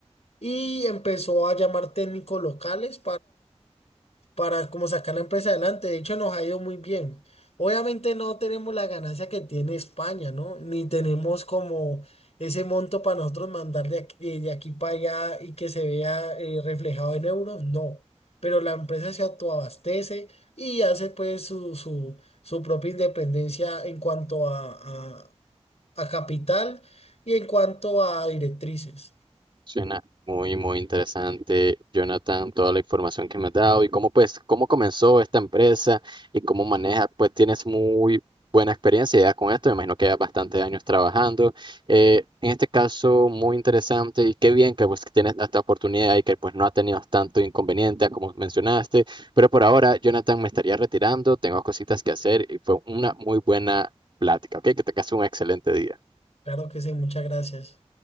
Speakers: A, on the left; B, on the right.
A: y empezó a llamar técnicos locales para como sacar la empresa adelante. De hecho, nos ha ido muy bien. Obviamente no tenemos la ganancia que tiene España, ¿no? Ni tenemos como ese monto para nosotros mandar de aquí, de aquí para allá y que se vea eh, reflejado en euros, no. Pero la empresa se autoabastece y hace pues su, su, su propia independencia en cuanto a, a a capital y en cuanto a directrices.
B: Suena <laughs> muy, muy interesante, Jonathan, toda la información que me has dado y cómo, pues, cómo comenzó esta empresa y cómo maneja, pues tienes muy buena experiencia ya con esto, me imagino que ya bastantes años trabajando. Eh, en este caso, muy interesante y qué bien que pues tienes esta oportunidad y que pues no has tenido tanto inconveniente como mencionaste, pero por ahora, Jonathan, me estaría retirando, tengo cositas que hacer y fue una muy buena plática, ¿ok? Que te case un excelente día.
A: Claro que sí, muchas gracias.